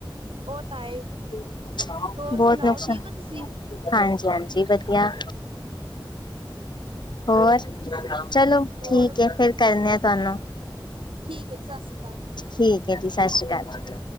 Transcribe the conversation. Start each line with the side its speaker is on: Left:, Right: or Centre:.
Right: ਉਹ ਤਾਂ ਹੈ
Left: <inaudible>
Right: ਹੋਰ
Left: ਬਹੁਤ
Right: ਸੁਣਾਓ
Left: ਨਸ਼ਾ
Right: ਠੀਕ
Left: ਹਾਂਜੀ
Right: ਹੋ ਤੁਸੀਂ
Left: -ਹਾਂਜੀ ਵਧੀਆ ਹੋਰ ਚਲੋ
Right: ਹੋਰ
Left: ਠੀਕ ਹੈ ਫੇਰ ਕਰਨੇ ਆ ਤੁਹਾਨੂੰ
Right: ਠੀਕ ਹੈ ਸਤਿ ਸ਼੍ਰੀ ਅਕਾਲ।
Left: ਠੀਕ ਹੈ ਜੀ ਸਤਿ ਸ਼੍ਰੀ ਅਕਾਲ ਜੀ।